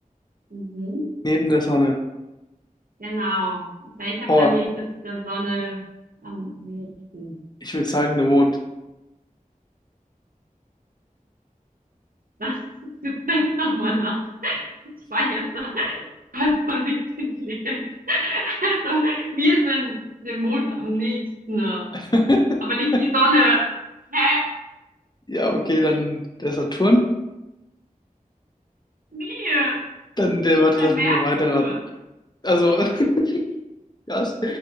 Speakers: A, on the right; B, on the left.
A: Mhm.
B: neben der Sonne.
A: Genau. Welcher
B: Boah,
A: Planet ist der Sonne am nächsten?
B: ich würde sagen, der Mond.
A: Was? <laughs> Jetzt denk doch mal nach. Ich war jetzt da voll von <laughs> nicht intelligent. Also, wir sind dem Mond am nächsten, aber
B: <laughs>
A: nicht die Sonne. Hä?
B: Ja, okay, dann der Saturn.
A: Wie?
B: Dann der, warte,
A: Der
B: lass
A: Merkur.
B: mich noch weiterraten. Also, <laughs> ja, es-